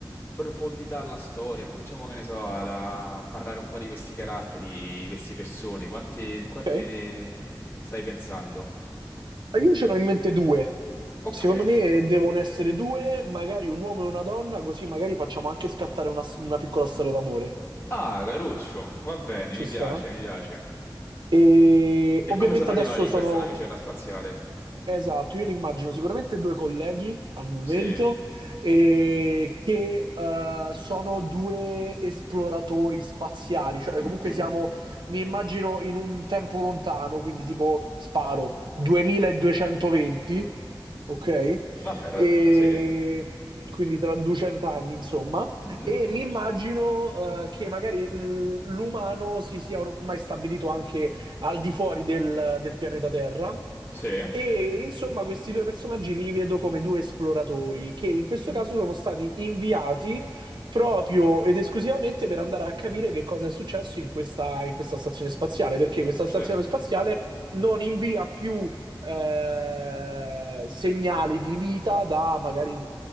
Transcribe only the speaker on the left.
profondità alla storia. Cominciamo, che ne so, a a parlare un po' di questi caratteri, di queste persone. Quante, quante
ne stai pensando?
Ok.
Ah, Caruccio, va bene,
mi piace,
mi piace.
E
come sono arrivati
in
questa navicella spaziale?
Sì.
<clears throat>
Vabbè, rad-
sì,
Mhm.
Sì,
Mm.
certo,